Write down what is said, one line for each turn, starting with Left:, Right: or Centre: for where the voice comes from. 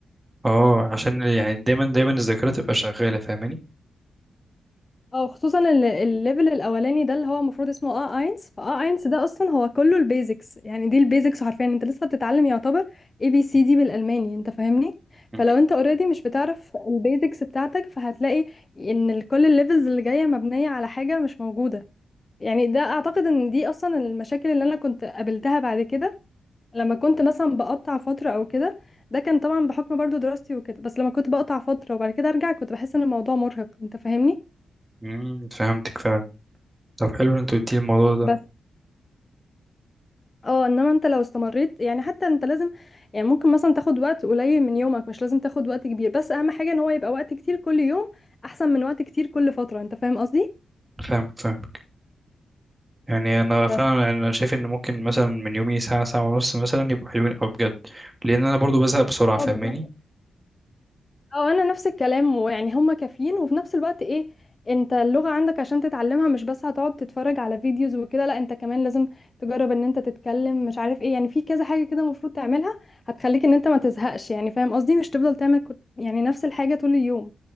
Right: اه عشان يعني دايما دايما الذاكره تبقى شغاله فاهماني
Left: اه خصوصا ال- الليفل الاولاني ده اللي هو المفروض اسمه اه اينس فاه اينس ده اصلا هو كله البيزكس يعني دي البيزكس حرفيا انت لسه بتتعلم يعتبر اي بي سي دي بالالماني انت فاهمني
Right: م-
Left: فلو انت اوريدي مش بتعرف البيزكس بتاعتك فهتلاقي ان ال- كل الليفلز اللي جايه مبنيه على حاجه مش موجوده يعني ده اعتقد ان دي اصلا المشاكل اللي انا كنت قابلتها بعد كده لما كنت مثلا بقطع فتره او كده ده كان طبعا بحكم برضو دراستي وكده بس لما كنت بقطع فتره وبعد كده ارجع كنت بحس ان الموضوع مرهق انت فاهمني
Right: م- فهمتك فعلا طب حلو ان انت قلت لي الموضوع ده
Left: بس اه انما انت لو استمريت يعني حتى انت لازم يعني ممكن مثلا تاخد وقت قليل من يومك مش لازم تاخد وقت كبير بس اهم حاجة ان هو يبقى وقت كتير كل يوم احسن من وقت كتير كل فترة انت فاهم قصدي
Right: فاهمك فاهمك يعني انا
Left: بس
Right: فعلا يعني انا شايف ان ممكن مثلا من يومي ساعه ساعه ونص مثلا يبقوا حلوين قوي بجد لان انا برضو بزهق بسرعه
Left: اه
Right: فاهماني
Left: بالظبط اه انا نفس الكلام ويعني هما كافيين وفي نفس الوقت ايه انت اللغة عندك عشان تتعلمها مش بس هتقعد تتفرج على فيديوز وكده لا انت كمان لازم تجرب ان انت تتكلم مش عارف ايه يعني في كذا حاجة كده المفروض تعملها هتخليك ان انت ما تزهقش يعني فاهم قصدي مش تفضل تعمل كت- يعني نفس الحاجة طول اليوم